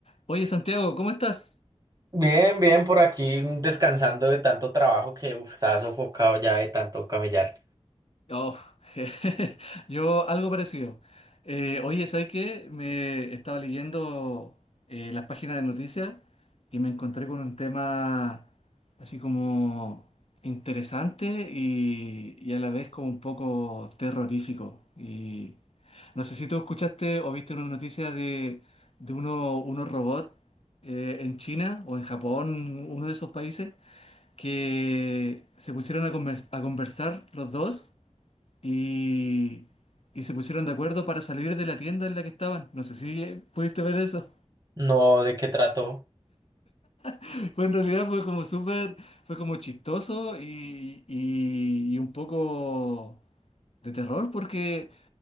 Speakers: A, on the left; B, on the right.
A: Oye, Santiago, ¿cómo estás?
B: Bien, bien, por aquí mm, descansando de tanto trabajo que uf, estaba sofocado ya de tanto camellar.
A: Oh, <laughs> yo algo parecido. Eh, oye, ¿sabes qué? Me estaba leyendo eh, las páginas de noticias y me encontré con un tema así como interesante y, y a la vez como un poco terrorífico. Y no sé si tú escuchaste o viste una noticia de, de uno, unos robots eh, en China o en Japón, uno de esos países que se pusieron a, conver- a conversar los dos y, y se pusieron de acuerdo para salir de la tienda en la que estaban. No sé si eh, pudiste ver eso.
B: No, ¿de qué trato?
A: <laughs> Fue en realidad fue como súper, fue como chistoso y, y- y un poco de terror porque